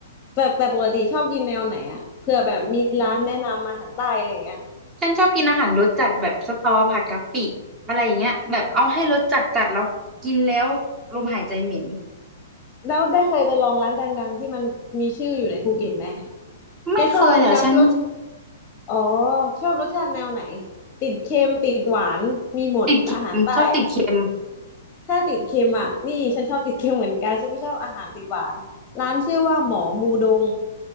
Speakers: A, on the left (about 30°); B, on the right (about 25°).
A: แต่แต่ปกติชอบกินแนวไหนอะเผื่อแบบมีร้านแนะนำอาหารใต้อะไรอย่างเงี้ย
B: ฉันชอบกินอาหารรสจัดแบบสตอผัดกะปิอะไรอย่างเงี้ยแบบเอาให้รสจัดจัดแล้วกินแล้วลมหายใจเหม็น
A: แล้วได้เคยไปลองร้านดังๆที่มันมีชื่ออยู่ในภูเก็ตไหม
B: ไม่เคยแหละฉัน
A: แกชอบรสแนวรส อ๋อชอบรสชาติแนวไหนติดเค็มติดหวานมีหมดและอาหารใต้อ่ะ
B: ติดเค็มชอบติดเค็ม
A: ถ้าติดเค็มอ่ะนี่ฉันชอบติดเค็มเหมือนกันฉันไม่ชอบอาหารติดหวานร้านชื่อว่าหมอมูดง